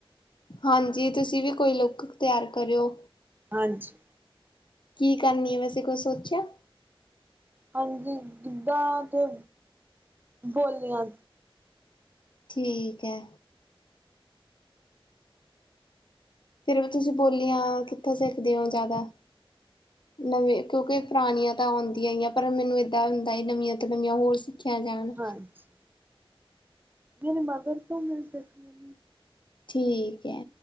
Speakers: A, on the left (about 55°); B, on the right (about 20°).
A: ਹਾਂਜੀ, ਤੁਸੀਂ ਵੀ ਕੋਈ ਲੁੱਕ ਤਿਆਰ ਕਰਿਓ।
B: ਹਾਂਜੀ।
A: ਕੀ ਕਰਨੀ ਏ ਵੈਸੇ ਕੁਛ ਸੋਚਿਆ?
B: ਹਾਂਜੀ, ਗਿੱਧਾ ਤੇ ਬੋਲੀਆਂ!
A: ਠੀਕ ਐ। ਫੇਰ ਵੀ, ਤੁਸੀਂ ਬੋਲੀਆਂ ਕਿੱਥੋਂ ਸਿੱਖਦੇ ਓ ਜਾਦਾ? ਨਵੇਂ ਕਿਉਂਕਿ ਪੁਰਾਣੀਆਂ ਤਾਂ ਆਉਂਦੀਆਂ ਈ ਆ, ਪਰ ਮੈਨੂੰ ਏਦਾਂ ਹੁੰਦਾ ਏ ਨਵੀਆਂ ਤੋਂ ਨਵੀਆਂ ਹੋਰ ਸਿ ਖਿਆ ਜਾਣ।
B: ਹਾਂਜੀ। ਮੇਰੇ ਮਦਰ ਤੋਂ ਮਿਲ ਸਕਦੀਆਂ।
A: ਠੀਕ ਐ।